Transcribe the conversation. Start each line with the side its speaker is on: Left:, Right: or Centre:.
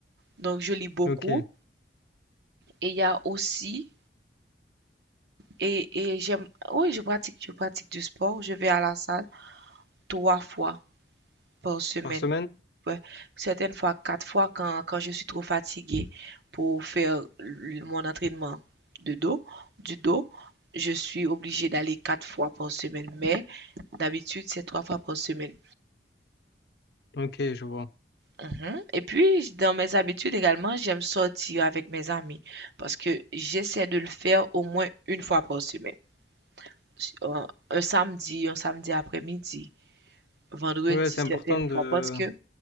Right: Donc, je lis beaucoup
Left: Ok.
Right: et il y a aussi, et, et j'aime, oui, je pratique, je pratique du sport. Je vais à la salle trois fois par semaine.
Left: Par semaine?
Right: Ouais, certaines fois, quatre fois quand, quand je suis trop fatiguée pour faire l- mon entraînement de dos, du dos, je suis obligée d'aller quatre fois par semaine. Mais D'habitude, c'est trois fois par semaine.
Left: Ok, je vois.
Right: Mhm. Et puis, dans mes habitudes également, j'aime sortir avec mes amis parce que j'essaie de le faire au moins une fois par semaine. Si, Un, un samedi, un samedi après-midi, vendredi
Left: Ouais, c'est
Right: certaines
Left: important
Right: fois
Left: de...
Right: parce que,